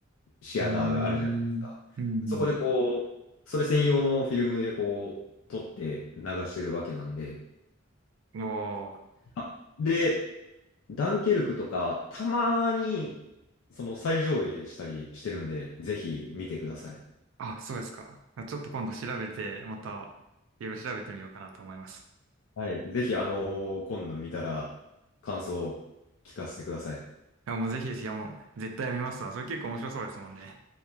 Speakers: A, on the left; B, on the right.
A: シアターがあるじゃないですか。
B: うーん。うん、
A: そこでこう、それ専用のフィルムでこう、撮って流してるわけなんで、
B: うん。おー。
A: あで、ダンケルクとか、たまに、その再上映したりしてるんで、ぜひ見てください。
B: あ、そうですか。ちょっと今度調べて、また、いろいろ調べてみようかなと思います。
A: はい。ぜひ、あのー今度見たら、感想を聞かせてください。
B: いや、もうぜひです。いや、もう、絶対見ますわ。それ結構面白そうですもんね。